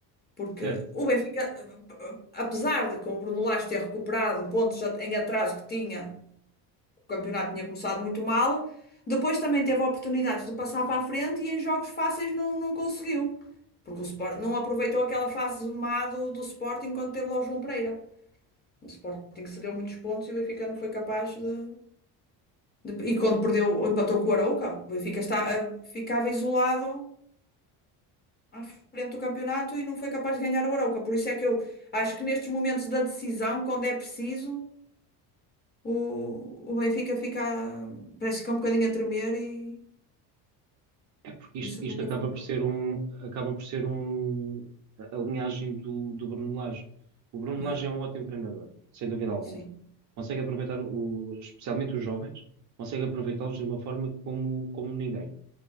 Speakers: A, on the left; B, on the right.
A: Porque
B: Certo?
A: o Benfica, eh, apesar de com o Bruno Lage ter recuperado pontos em atraso que tinha, o campeonato tinha começado muito mal, depois também teve oportunidades de passar para a frente e em jogos fáceis não, não conseguiu. Porque o Sporting não aproveitou aquela fase má do, do Sporting quando teve lá o João Pereira. O Sporting que cedeu muitos pontos e o Benfica não foi capaz de, Dep- E quando perdeu, ou empatou com o Arouca, o Benfica está, eh, ficava isolado à frente do campeonato e não foi capaz de ganhar o Arouca. Por isso é que eu acho que nestes momentos da decisão, quando é preciso, o, o Benfica fica, parece que fica um bocadinho a tremer e
B: É porque
A: por
B: isto,
A: isso nunca
B: isto acaba
A: ficou.
B: por ser um, acaba por ser um, a a linhagem do, do Bruno Lage. O Bruno
A: né?
B: Lage é um ótimo treinador, sem dúvida alguma.
A: Sim,
B: Consegue aproveitar, o, especialmente os jovens, consegue aproveitá-los de uma forma como, como ninguém.